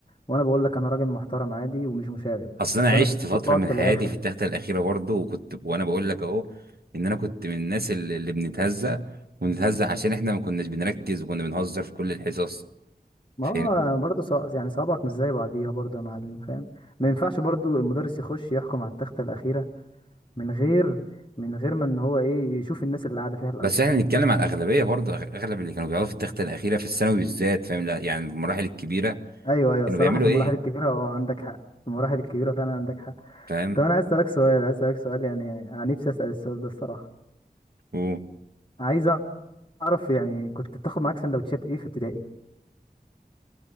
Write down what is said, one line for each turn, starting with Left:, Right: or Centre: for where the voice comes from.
Left: وأنا بقول لك أنا راجل محترم عادي ومش مشاغب
Right: اصل
Left: بس
Right: انا عشت
Left: أنا كنت أحب
Right: فتره
Left: أقعد
Right: من
Left: في
Right: حياتي
Left: الآخر
Right: في التخته الاخيره برضو وكنت وانا بقول لك اهو ان انا كنت من الناس اللي, اللي بنتهزق ونتهزق عشان احنا ما كناش بنركز وكنا بنهزر في كل الحصص
Left: ما
Right: فاهم
Left: هو برضه صع... يعني صوابعك مش زي بعضيها برضه يا معلم فاهم ما ينفعش برضه المدرس يخش يحكم على التختة الأخيرة من غير من غير ما إن هو إيه يشوف الناس اللي قاعدة فيها الأول
Right: بس احنا بنتكلم على الاغلبيه برضو أغ- اغلب اللي كانوا بيقعدوا في التخته الاخيره في الثانوي بالذات فاهم لا يعني في المراحل الكبيره
Left: أيوه أيوه
Right: كانوا
Left: الصراحة
Right: بيعملوا
Left: في المراحل
Right: ايه
Left: الكبيرة أه عندك حق في المراحل الكبيرة فعلا عندك حق
Right: فاهم
Left: طب انا عايز اسالك سؤال عايز اسالك سؤال يعني انا نفسي اسال السؤال ده الصراحه
Right: وبص
Left: عايز اعرف يعني كنت بتاخد معاك سندوتشات ايه في ابتدائي